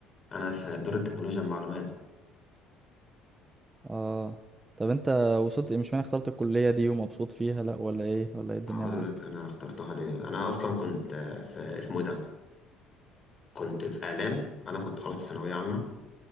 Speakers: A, on the left; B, on the right.
A: انا في اداره تكنولوجيا المعلومات
B: اه طب انت وصلت مش معنى اخترت الكلية دي ومبسوط فيها لا ولا ايه ولا ايه الدنيا
A: هقول
B: معاك
A: لك انا اخترتها ليه انا اصلا كنت آه، في اسمه إيه ده كنت في اعلام انا كنت خلاص في ثانويه عامه